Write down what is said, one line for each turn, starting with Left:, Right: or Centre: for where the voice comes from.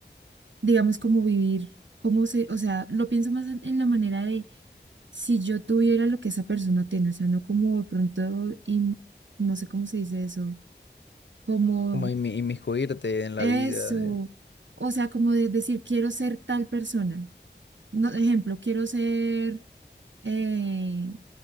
Right: digamos, como vivir, como se, o sea, lo pienso más en, en la manera de si yo tuviera lo que esa persona tiene, o sea, no como de pronto, y no sé cómo se dice eso, como
Left: Como inmi- inmiscuirte en
Right: eso,
Left: la vida.
Right: o sea, como de decir, quiero ser tal persona. No, ejemplo, quiero ser, eh,